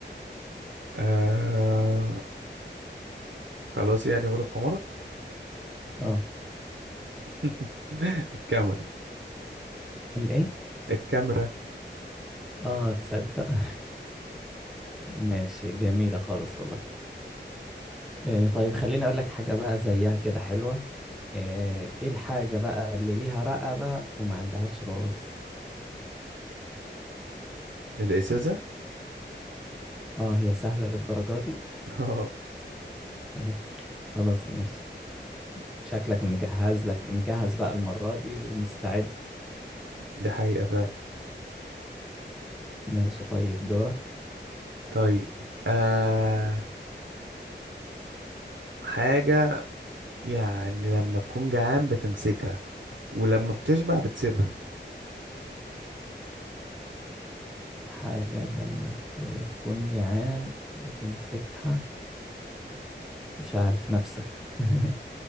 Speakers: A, on the right; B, in the centre.
A: آه... خلاص يعني غلب حمارك
B: اه
A: <laughs> الكاميرا
B: الايه
A: الكاميرا
B: اه تصدق <laughs> ماشي جميلة خالص والله إيه طيب خليني اقول لك حاجة بقى زيها كده حلوة ايه إيه الحاجة بقى اللي ليها رقبة وما عندهاش راس
A: الإزازة
B: اه هي سهلة للدرجة دي
A: <laughs>
B: <laughs> خلاص ماشي شكلك مجهز لك مجهز بقى المرة دي ومستعد
A: دي حقيقة فعلا
B: ماشي طيب دورك
A: طيب آه... حاجة يعني لما تكون جعان بتمسكها ولما بتشبع بتسيبها
B: حاجة لما ت- تكون جعان بتمسكها مش عارف نفسك <laughs>